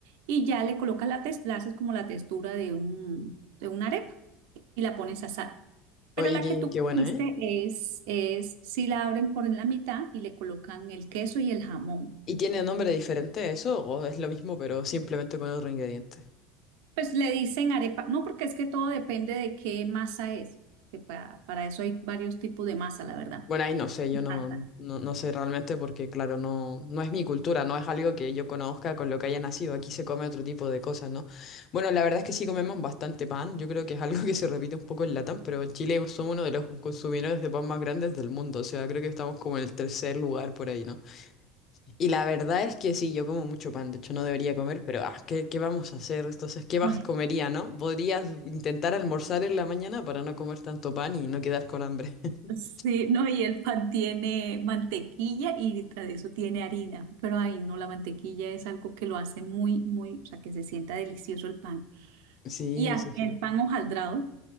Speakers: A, on the right (about 75°); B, on the left (about 35°).
A: y ya le colocas la textura, la haces como la textura de un, de una arepa y la pones a asar. Pero
B: Oye,
A: la
B: qué,
A: que tú
B: qué
A: comiste
B: buena, ¿eh?
A: es, es, si la abren por en la mitad y le colocan el queso y el jamón.
B: ¿Y tiene nombre diferente a eso o es lo mismo pero simplemente con otro ingrediente?
A: Pues le dicen arepa, no, porque es que todo depende de qué masa es. que pa- para eso hay varios tipos de masa, la verdad.
B: Bueno, ahí no sé, yo no,
A: Masa.
B: no, no sé realmente porque, claro, no, no es mi cultura, no es algo que yo conozca con lo que haya nacido. Aquí se come otro tipo de cosas, ¿no? Bueno, la verdad es que sí comemos bastante pan. Yo creo que es algo que se repite un poco en Latam, pero en Chile somos uno de los consumidores de pan más grandes del mundo. O sea, creo que estamos como en el tercer lugar por ahí, ¿no? Y la verdad es que sí, yo como mucho pan. De hecho, no debería comer, pero ah, ¿qué, qué vamos a hacer? Entonces, ¿qué más
A: No, es.
B: comería, no? Podrías intentar almorzar en la mañana para no comer tanto pan y no quedar con hambre. <laughs>
A: Sí, no, y el pan tiene mantequilla y detrás de eso tiene harina, pero ahí no, la mantequilla es algo que lo hace muy, muy, o sea, que se sienta delicioso el pan.
B: Sí,
A: Y a-
B: sí, sí.
A: el pan hojaldrado,